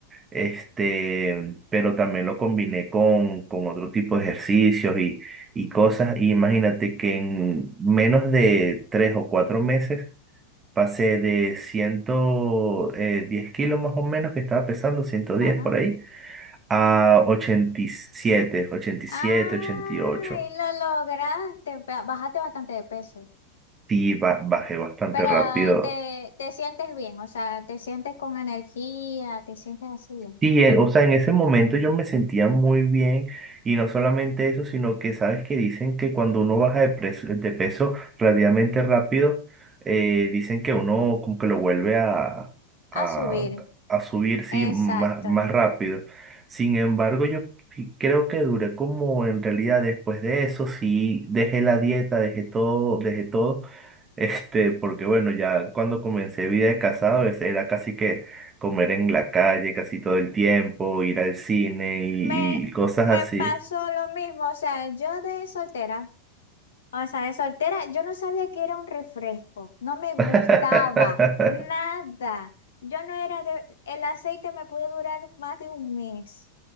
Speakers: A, on the right (about 20°); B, on the left (about 65°).
A: este, pero también lo combiné con, con otro tipo de ejercicios y, y cosas. Y imagínate que en menos de tres o cuatro meses pasé de ciento eh, diez kilos más o menos, que estaba pesando ciento
B: Ajá.
A: diez por ahí, a 87, siete ochenta Y
B: Ay,
A: siete, ochenta y ocho.
B: y lo lograste, ba- bajaste bastante de peso,
A: Sí, ba- bajé bastante
B: pero
A: rápido
B: ah, te, te sientes bien, o sea, te sientes con energía, te sientes así bien.
A: Sí, eh, o sea, en ese momento yo me sentía muy bien y no solamente eso, sino que sabes que dicen que cuando uno baja de, pres- de peso relativamente rápido, eh, dicen que uno como que lo vuelve a,
B: A
A: a,
B: subir,
A: a subir, sí,
B: exacto.
A: más, más rápido. Sin embargo, yo sí creo que duré como en realidad después de eso, sí, dejé la dieta, dejé todo, dejé todo. Este, porque bueno, ya cuando comencé vida de casado, ese era casi que comer en la calle casi todo el tiempo, ir al cine y,
B: Me,
A: y cosas así.
B: me pasó lo mismo, o sea, yo de soltera, o sea, de soltera, yo no sabía que era un refresco, no me gustaba
A: <laughs>
B: nada. Yo no era de, el aceite me pudo durar más de un mes.